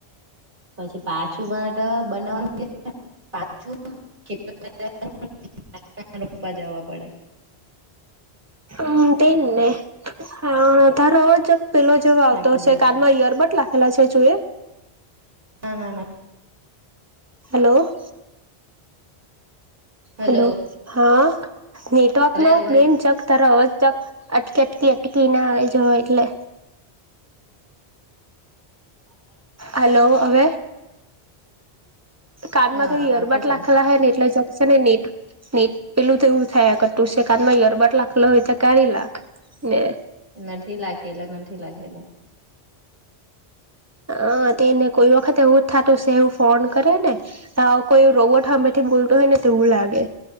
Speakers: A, on the right; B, on the right.
A: પછી પાછું પણટ બનાવાનું પાચું રૂપમા જવા પડે
B: હમ તેન્ને હ તારો અવાજ પેલો જેવો આવતો
A: થાકી
B: હશે
A: જવા
B: કાનમાં ઈયરબદલાવ લખેલા છે તે જોઈએ
A: ના ના ના
B: હલો
A: હલો
B: હેલો હા નેટવર્કમાં
A: હવે અવાજ
B: મેન જગ તારો અવાજ ચક અટકી અટકી અટકી ના આવે જો એટલે હલો હવે કાનમાં
A: હા
B: તો
A: આવતો
B: યરબધલા
A: છે
B: લખેલા હોય ને એટલે ચોકસે ને નેટ ને પેલું તો એવું થાય આ ક ટું છે કાન માં યરબદ લાખ લય ત કળ લાખ ને
A: નથી લખેલા નથી લખેલા
B: હ તેને કોઈ વખત એવું જ થતું સવું ફોન કરે ને કોઈ રોગોટ હંમે બોલતો હોય ને તેવું લાગે